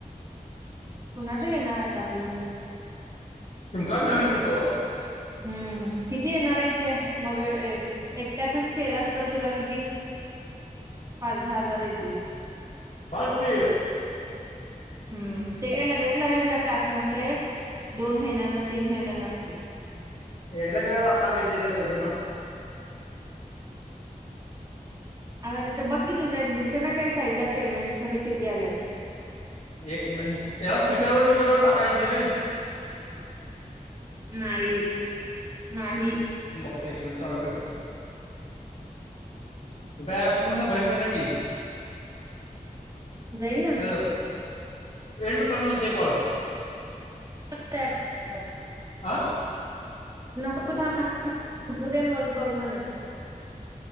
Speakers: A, on the right; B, on the left.
A: कुणाचं
B: <unintelligible>
A: घेणार आता तू
B: सीम कार्ड नविन घेतो.
A: हम्म, किती येणार आहे ते,, मग, एकट्याचच केलं अस तर तुला किती? पाच दहा हजार येतील.
B: बग की,
A: हम्म,, ते काही लगेच, लगेच लाऽऽ तास नसतय, दोन महिन्यान, तीन महिन्यान असतय.
B: एकदा केल्यावर आता किती एत्याय लगेच मऽऽ
A: आता तिथं बक्की तुझ्या दिसे ना काय साईडला पेमेंट्स मध्ये किती आल्यात
B: एक मिनिट याला स्पीकर वर पीकर व टाकायेत नाही वय
A: नाही येत नाही
B: ऐक मिनट चालू ठेव कुठेअँप मधून बाहेर जाईना की
A: जाईना
B: हॅलो एंड कर म्हणतय कॉल
A: <inaudible>
B: आं
A: नको थांब थांब <inaudible> मग बग मनस